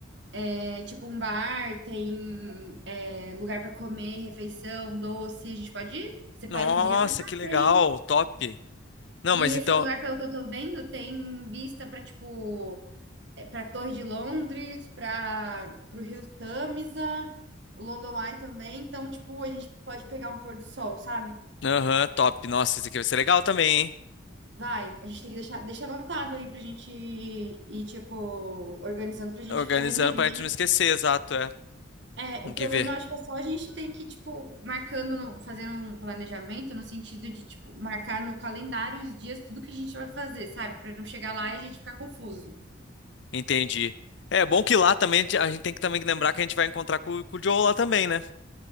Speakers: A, on the right; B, on the left.
A: É, tipo um bar, tem é, lugar para comer, refeição, doce. A gente pode ir? Separa
B: Nossa,
A: um dia para
B: que legal.
A: ir.
B: Top. Não,
A: E
B: mas
A: esse
B: então.
A: lugar, pelo que eu tô vendo, tem vista para tipo é, para Torre de Londres, para o Rio Tâmisa, o London Eye também. Então, tipo, a gente pode pegar um pôr do sol, sabe?
B: Aham, top. Nossa, isso aqui vai ser legal também, hein?
A: Vai, a gente tem que deixar, deixa anotado aí pra gente ir, ir, tipo, organizando pra gente
B: Organizando
A: fazer mesmo.
B: pra
A: né?
B: gente não esquecer, exato, é.
A: É,
B: Tem
A: o problema,
B: que ver.
A: acho que é só a gente tem que, tipo, marcando, no- fazendo um planejamento no sentido de, tipo, marcar no calendário os dias, tudo que a gente vai fazer, sabe? Pra não chegar lá e a gente ficar confuso.
B: Entendi. É bom que lá também a gente a gente tem que também lembrar que a gente vai encontrar com, com o Joe lá também, né?